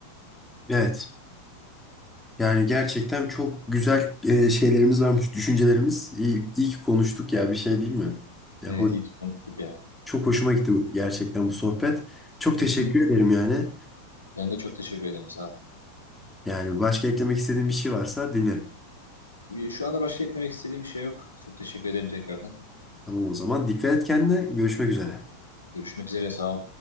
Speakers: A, in the centre; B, on the left.
A: Evet. Yani gerçekten çok güzel e, şeylerimiz varmış, düşüncelerimiz. İyi, iyi ki konuştuk ya bir şey değil mi? Ya,
B: Evet
A: hoş.
B: iyi ki konuştuk ya.
A: Çok hoşuma gitti bu- gerçekten bu sohbet. Çok
B: Hı
A: teşekkür
B: hı.
A: ederim yani.
B: Ben de çok teşekkür ederim sağ ol.
A: Yani başka eklemek istediğin bir şey varsa dinlerim.
B: Şu anda başka eklemek istediğim bir şey yok. Çok teşekkür ederim tekrardan.
A: Tamam o zaman. Dikkat et kendine. Görüşmek üzere.
B: Görüşmek üzere sağ ol.